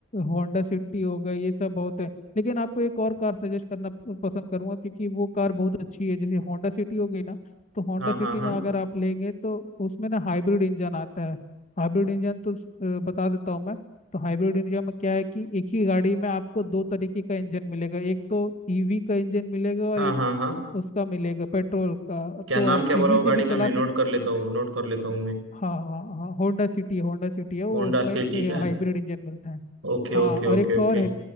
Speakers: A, on the left; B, on the right.
A: होंडा सिटी हो गई ये सब बहुत है लेकिन आपको एक और कार सजेस्ट करना प- पसंद करूंगा क्योंकि वो कार बहुत अच्छी है जैसे होंडा सिटी हो गई ना तो होंडा
B: हाँ
A: सिटी
B: हाँ हाँ
A: में अगर आप लेंगे तो उसमें ना हाइब्रिड इंजन आता है हाइब्रिड इंजन तो अ, बता देता हूँ मैं तो हाइब्रिड इंडिया में क्या है कि एक ही गाड़ी में आपको दो तरीके का इंजन मिलेगा एक तो ईवी का इंजन मिलेगा और
B: हाँ
A: एक
B: हाँ हाँ
A: उसका मिलेगा पेट्रोल का
B: क्या
A: तो
B: नाम
A: आप
B: क्या बोला
A: ईवी
B: वो गाड़ी
A: से भी चला
B: का मैं नोट
A: सकते
B: कर लेता हूँ नोट कर लेता हूँ मैं
A: हाँ हाँ हाँ होंडा सिटी होंडा सिटी है वो
B: होंडा
A: उसमें
B: सिटी क्या
A: हाइब्रिड इंजन मिलता है
B: Okay
A: हाँ
B: okay
A: और
B: okay
A: एक तो
B: okay
A: और है